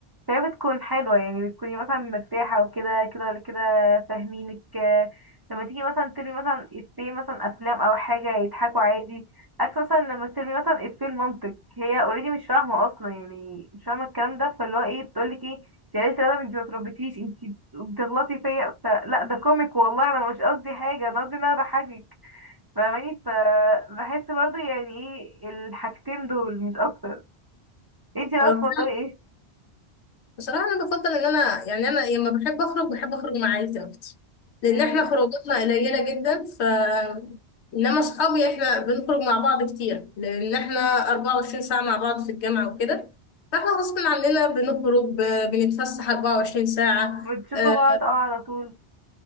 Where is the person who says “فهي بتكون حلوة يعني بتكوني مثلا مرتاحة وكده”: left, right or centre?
Right